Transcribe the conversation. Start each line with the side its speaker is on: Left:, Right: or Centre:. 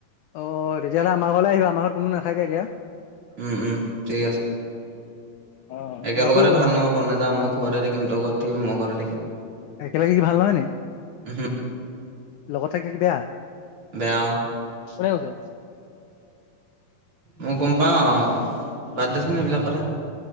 Left: অ তেতিয়াহ'লে আমাৰ ঘৰলৈ আহিবা আমাৰ ঘৰত কোনো নাথাকে এতিয়া
Right: উম উম ঠিক আছে।
Left: অ
Right: একেলগতে
Left: বাকী
Right: ভাল নহ'ব নযাওঁ মই ঘৰে থাকিম তই ঘৰত থাকিবি মই ঘৰে থাকিম
Left: একেলগে কি ভাল নহয় নেকি?
Right: উহু
Left: লগত থাকিলে কি বেয়া।
Right: বেয়া অ
Left: কোনে কৈছে?
Right: মই গম পাও বাৰ্থ দেচোন সেইবিলাক কথা